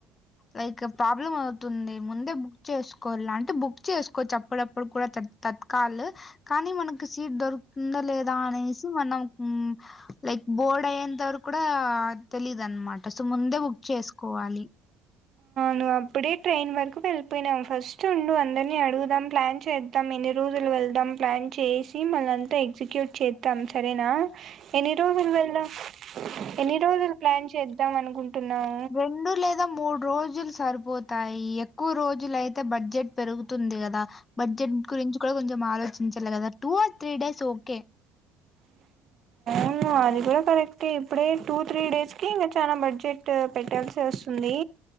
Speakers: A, on the left (about 30°); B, on the right (about 50°).
A: లైక్ ప్రాబ్లం అవుతుంది ముందే బుక్ చేసుకోవాల అంటే బుక్ చేసుకోవచ్చు అప్పుడప్పుడు కూడా తత్కాల కానీ మనకి సీట్ దొరుకుతుందా లేదా అనేసి మనం లైక్ బోర్డ్ అయ్యంత వరకు కూడా తెలీదు అనమాట సో ముందే బుక్ చేసుకోవాలి
B: నువ్వు అప్పుడే ట్రైన్ వరకు వెళ్ళిపోయినాం ఫస్ట్ నుండు అందరినీ అడుగుదాం ప్లాన్ చేద్దాం ఎన్ని రోజులు వెళ్దాం ప్లాన్ చేసి మళ్ళంతా ఎగ్జిక్యూట్ చేద్దాం సరేనా ఎన్ని రోజులు వెళ్దాం ఎన్ని రోజులు ప్లాన్ చేద్దాం అనుకుంటున్నావు
A: రెండు లేదా మూడు రోజులు సరిపోతాయి ఎక్కువ రోజులు అయితే బడ్జెట్ పెరుగుతుంది కదా బడ్జెట్ గురించి కూడా కొంచెం ఆలోచించలి కదా two or three days okay
B: ఊ అవును అది ఏ కరెక్ట్ ఎ ఇప్పుడే టూ త్రీ డేస్ కి ఇంకా చానా బడ్జెట్ పెట్టాల్సి వస్తుంది